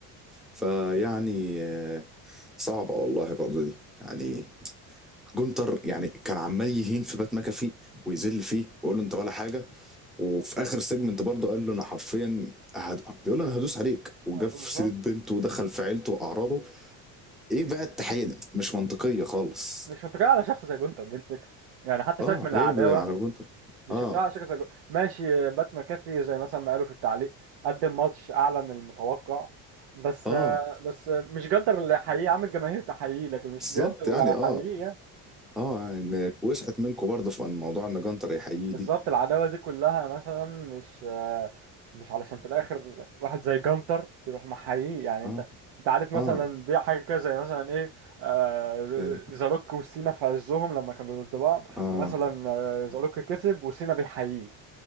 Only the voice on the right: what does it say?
آه،
بالظبط
مش منطقية على شخص زي جونتر دي الفكرة يعني حتى سيبك
من العداوة
مش
شخصية على شخص زي جونتر ماشي بات مكافي زي مثلا ما قالوا في التعليق قدم ماتش أعلى من المتوقع بس
بس مش جونتر اللي هيحييه يا عم الجماهير تحييه لكن مش
جونتر
اللي هيحييه
بالظبط
العداوة دي كلها مثلا مش آه، مش علشان في الآخر واحد زي جانتر يروح محييه يعني
أنت أنت عارف مثلا
دي حاجة كده زي مثلا إيه آه، ز-
زاروك وسينا في عزهم لما كانوا ضد بعض
ومثلا آه، زاروك كسب وسينا بيحييه